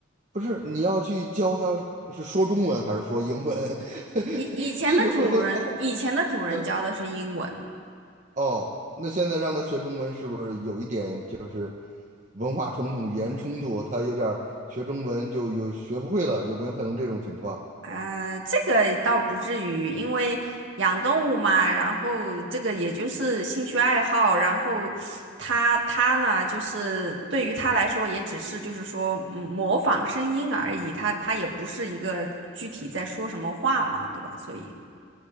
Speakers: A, on the right; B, on the right.
A: 不是，你要去教它是是说中文还是说英文？<laughs>
B: 以以前的主人，
A: 这种，<laughs>
B: 以前的主人教的是英文，
A: 嗯，哦，那现在让它学中文是不是有一点就是文化冲突、语言冲突？它有点儿学中文就有学不会了，有没有可能这种情况？
B: 呃，这个倒不至于，因为养动物嘛，然后这个也就是兴趣爱好，然后它它呢，就是对于它来说，也只是就是说嗯模仿声音而已，它它也不是一个具体在说什么话嘛，对吧？所以